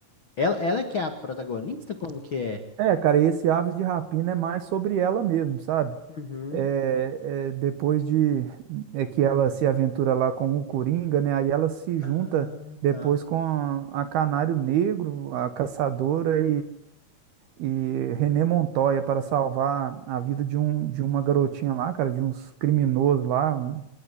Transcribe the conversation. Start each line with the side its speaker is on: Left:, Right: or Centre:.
Left: ela, ela é que é a protagonista? Como que é?
Right: É, é, cara, e esse Aves de Rapina é mais sobre ela mesmo, sabe?
Left: Uhum.
Right: É, é, depois de é que ela se aventura lá com o Coringa, né? Aí ela se junta
Left: Ah,
Right: depois
Left: tá.
Right: com a, a Canário Negro, a Caçadora e René Montoya para salvar a vida de, um, de uma garotinha lá, cara, de uns criminosos lá, um-